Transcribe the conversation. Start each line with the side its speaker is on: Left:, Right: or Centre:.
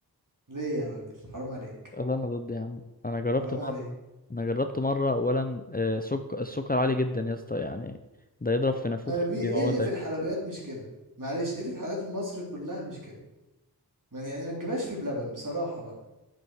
Right: ليه يا راجل حرام عليك
Left: لا انا ضد يا عم انا جربت
Right: حرام
Left: مره
Right: عليك
Left: انا جربت مره اولا آه، سك... السكر عالي جدا يا اسطى يعني ده يضرب في نافوخك
Right: أنا في-
Left: بيموتك
Right: ايه اللي في الحلويات مش كده معلش ايه اللي في الحلويات المصري كلها مش كده ما يعني ما تجيبهاش في بلبن بصراحة بقى